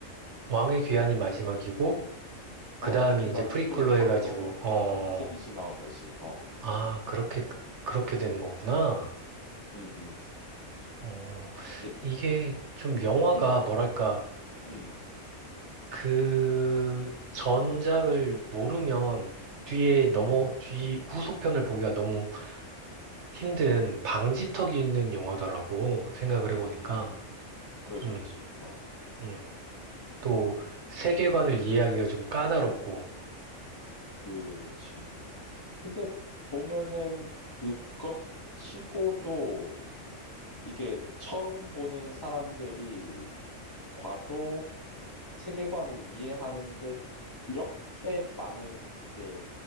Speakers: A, on the right; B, on the left.
A: 왕의 귀환이 마지막이고, 그
B: 어,
A: 다음이
B: 그다음에
A: 이제 프리퀄로
B: 프리퀄로
A: 해가지고, 어...
B: 어, 호빗이 나온 거지. 어.
A: 아, 그렇게, 그렇게 되는 거구나.
B: 음, 음.
A: 어,
B: 이제
A: 이게 좀 영화가
B: 음.
A: 뭐랄까,
B: 음.
A: 그 전작을 모르면
B: 음.
A: 뒤에 넘어,
B: 음.
A: 뒤 후속편을 보기가 너무 힘든 방지턱이 있는 영화다라고 생각을 해보니까,
B: 음. 그럴 수
A: 음,
B: 있지. 어.
A: 음, 또 세계관을
B: 음.
A: 이해하기가 좀 까다롭고,
B: 그치. 근데 보면은 그것 치고도 이게 처음 보는 사람들이 봐도 세계관을 이해하는데 그렇게 많은 이제